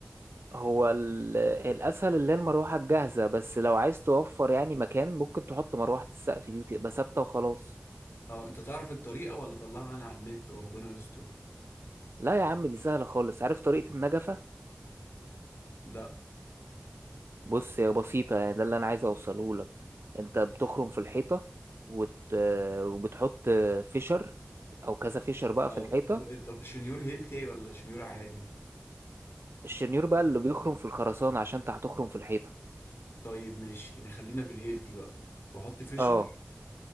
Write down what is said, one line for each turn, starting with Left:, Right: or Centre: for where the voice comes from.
Right: هو ال- الأسهل اللي هي المروحة الجاهزة بس لو عايز توفر يعني مكان ممكن تحط مروحة السقف دي وتبقى ثابتة وخلاص
Left: اه انت تعرف الطريقة ولا اطلعها انا على النت وربنا يستر
Right: لا يا عم دي سهلة خالص عارف طريقة النجفة
Left: لا
Right: بص هي بسيطة يعني ده اللي أنا عايز أوصله لك أنت بتخرم في الحيطة وت... وبتحط فيشر أو كذا فيشر بقى
Left: اه
Right: في الحيطة
Left: طب طب شنيور هيلتي ولا شنيور عادي
Right: الشنيور بقى اللي بيخرم في الخرسانة عشان أنت هتخرم في الحيطة
Left: طيب ماشي يعني خلينا في الهيلتي بقى واحط فيشر
Right: اه